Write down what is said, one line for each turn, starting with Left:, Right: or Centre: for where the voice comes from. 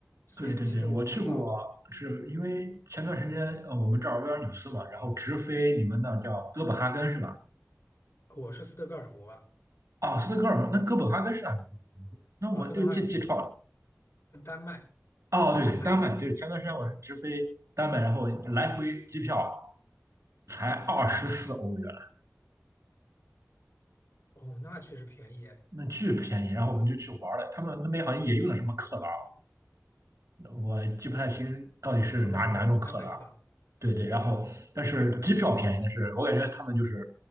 Left: 所以其实我不知道，
Right: 对对对，我去过，是因为前段时间呃，我们这儿维尔纽斯嘛，然后直飞你们那儿叫哥本哈根是吧？
Left: 我是斯德哥尔摩啊，
Right: 哦，斯德哥尔摩，那哥本哈根是哪个国家？那我就记记错了。
Left: 哥本哈根丹麦，
Right: 哦，对对丹麦，
Left: 丹麦
Right: 对，前段时间我是直飞丹麦，然后来回机票才二十四欧元，
Left: 哦，那确实便宜耶
Right: 那巨便宜。然后我们就去玩了，他们那边好像也用的什么克朗，我记不太清到底是哪哪种克朗。
Left: 嗯，他们是丹麦克朗。
Right: 对对，然后但是机票便宜，但是我感觉他们就是